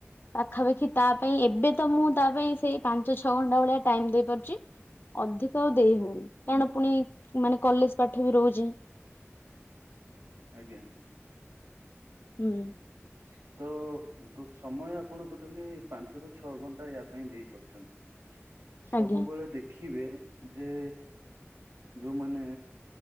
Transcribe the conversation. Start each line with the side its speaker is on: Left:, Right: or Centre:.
Left: ପାଖାପାଖି ତା ପାଇଁ ଏବେ ତ ମୁଁ ତା ପାଇଁ ସେଇ ପାଞ୍ଚ ଛଅ ଘଣ୍ଟା ଭଳିଆ ଟାଇମ୍ ଦେଇ ପାରୁଛି। ଅଧିକ ଆଉ
Right: ହୁଁ
Left: ଦେଇ
Right: ହୁଁ
Left: ହଉନି କାରଣ ପୁଣି ମାନେ କଲେଜ ପାଠ ବି ରହୁଛି।
Right: ଆଜ୍ଞା।
Left: ହୁଁ।
Right: ଆ ତ ତ ସମୟ ଆପଣ ଟୋଟାଲି ପାଞ୍ଚରୁ ଛଅ ଘଣ୍ଟା ଇୟା ପାଇଁ ଦେଇପାରୁଛନ୍ତି। ସବୁବେଳେ
Left: ଆଜ୍ଞା
Right: ଦେଖିବେ? ଯେ ଯୋଉମାନେ